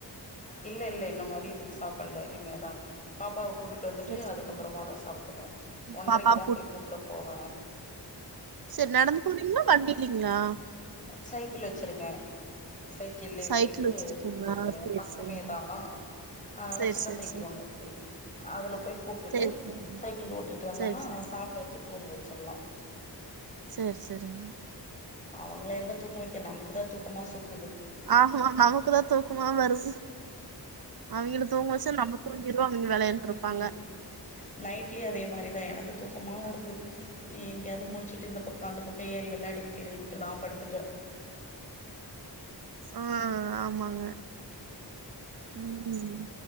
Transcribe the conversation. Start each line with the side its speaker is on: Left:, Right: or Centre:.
Left: இல்ல இல்ல இன்னு மதியத்துக்கு சாப்பல்ல இனிமேதா பாப்பாவ கூப்டுட்டு வந்துட்டு
Right: சேரி
Left: அதுக்கப்புறமா
Right: சேரி
Left: தா சாப்புடுவ ஒன்றைக்கு
Right: பாப்பாவ
Left: தா போய் கூப்புட போவ
Right: செரி நடந்து போவீங்களா வண்டில்லீங்களா
Left: சைக்கிள் வச்சிருக்க சைக்கிள்யே
Right: சைக்கிள்
Left: போயிட்டு
Right: வச்சிருக்கீங்களா
Left: கூப்டு வந்துருவ
Right: சரி
Left: பக்கமே
Right: சரிங்க
Left: தா அதனால
Right: சரி
Left: சின்ன
Right: சரி
Left: சைக்கிள்
Right: சரி
Left: ஒண்ணு இருக்கு அதில போய் கூப்டுட்டு
Right: சரி சரிங்க
Left: சைக்கிள் ஓட்டிட்டு வந்தன்னா
Right: சரி சரி
Left: சாப்ட வச்சி தூங்க வச்சில்லா
Right: செரி செரிங்
Left: அவங்கள எங்க தூங்க வெக்க நமக்கு தா தூக்கமா சொக்குது
Right: ஆமா நமக்குதா தூக்கமா வரு அவிங்கள தூங்க வச்சா நமக் தூங்கிருவோ அவிங்க வெளையாண்டு
Left: ம்
Right: இருப்பாங்க
Left: ம் நைட்லயு அதே மாரிதா எனக்கு துக்கமா வருது நீ எங்கேயாது முழிச்சுட்டு இந்த பக்க அந்த பக்கோ ஏறி வெளையாடிக்கிட்டு இருன்ட்டு நா படுத்துட்ட
Right: ஆ ஆமாங்க ம்